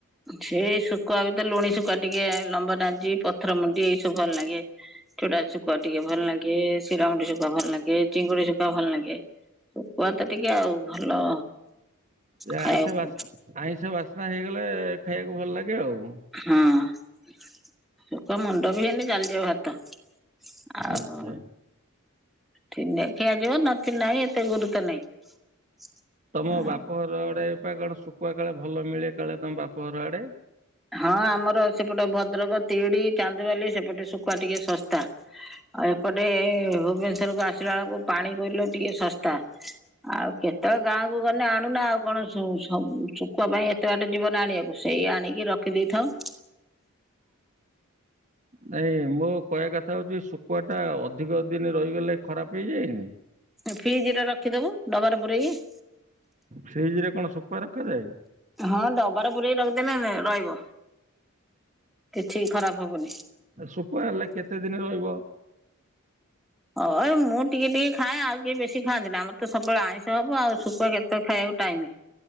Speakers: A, in the centre; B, on the right.
A: ସେ ଶୁଖୁଆ ବି ତ ଲୁଣି ଶୁଖୁଆ ଟିକେ ଲମ୍ବା ନାଡାଜି ପଥର ମୁଣ୍ଡି ଏଇ ସବୁ ଭଲ ଲାଗେ। ଚୁଡା ଶୁଖୁଆ ଟିକେ ଭଲ ଲାଗେ, ଶିରମୁଣ୍ଡି ଶୁଖୁଆ ଭଲ ଲାଗେ, ଚିଙ୍ଗୁଡି ଶୁଖୁଆ ଭଲ ଲାଗେ। ଶୁକୁଆ ତ ଟିକେ ଆଉ ଭଲ।
B: ଏ
A: ଖାଇବାକୁ
B: ଆଇଁଷ ବାସ୍ ଆଇଁଷ ବାସ୍ନା ହେଇଗଲେ ଖାଇବାକୁ ଭଲ ଲାଗେ ଆଉ।
A: ହଁ ଶୁକୁଆ ମୁଣ୍ଡ ବି ହେଲେ ଚାଲିଯିବ ଭାତ। ଆଉ
B: ଆଚ୍ଛା।
A: ଥିନେ ଖିଆଯିବ ନଥିନେ ନାହିଁ ଏତେ ଗୁରୁତ୍ୱ ନାହିଁ।
B: ତମ ବାପଘର ଆଡେ ପା କଣ ଶୁକୁଆ କାଳେ ଭଲ ମିଳେ କାଳେ ତମ ବାପଘର ଆଡେ।
A: ହଁ ଆମର ସେପଟେ ଭଦ୍ରକ ତିହିଡି ଚାନ୍ଦବାଲି ସେପଟେ ଶୁଖୁଆ ଟିକେ ଶସ୍ଥା। ଆଉ ଏପଟେ ଏ ଭୁବେନଶରକୁ ଆସିଲା ବେଳକୁ ପାଣି କୋଇଲର ଟିକେ ଶସ୍ଥା। ଆଉ କେତେବେଳେ ଗାଁକୁ ଗଲେ ଆଣୁନା ଆଉ କଣ ଶ ହ ଶୁଖୁଆ ପାଇଁ ଏତେ ବାଟ ଜୀବନା ଆଣିବାକୁ ସେଇ ଆଣିକି ରଖିଦେଇଥାଉ।
B: ନାଇଁ ମୋ କହିବା କଥା ହଉଚି ଶୁଖୁଆ ଟା ଅଧିକ ଦିନ ରହିଗଲେ ଖରାପ ହେଇଯାଇଏନି?
A: ଫ୍ରିଜ ରେ ରଖିଦବ ଡବାର ପୂୁରେଇକି।
B: ଫ୍ରିଜରେ କଣ ଶୁଖୁଆ ରଖାଯାଏ?
A: ହଁ ଡବାର ପୁରେଇକି ରଖିଦେଲନ ରହିବ କିଛି ଖରାପ ହବନି।
B: ଶୁଖୁଆ ହେଲେ କେତେ ଦିନ ରହିବ?
A: ଅଏ ମୁଁ ଟିକେ ଟିକେ ଖାଏଁ ଆଉ କିଏ ବେଶୀ ଖାଆନ୍ତିନା ଆମର ତ ସବୁବେଳେ ଆଇଁଷ ହବ ଆଉ ଶୁଖୁଆ କେତେ ଖାଇବା ଟାଇମ